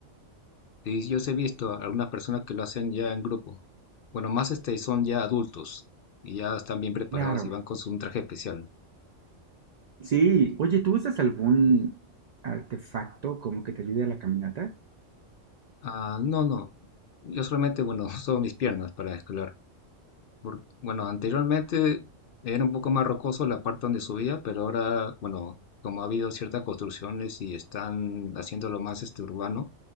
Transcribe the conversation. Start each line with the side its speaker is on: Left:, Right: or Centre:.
Left: y yo os he visto a algunas personas que lo hacen ya en grupo. Bueno, más este son ya adultos y ya están bien preparados
Right: Claro.
Left: y van con su, un traje especial.
Right: Sí. Oye, ¿tú usas algún artefacto como que te ayude a la caminata?
Left: Ah, no, no, yo solamente, bueno, <laughs> uso mis piernas para escalar. Por- bueno, anteriormente era un poco más rocoso la parte donde subía, pero ahora, bueno, como ha habido ciertas construcciones y están haciéndolo más este urbano,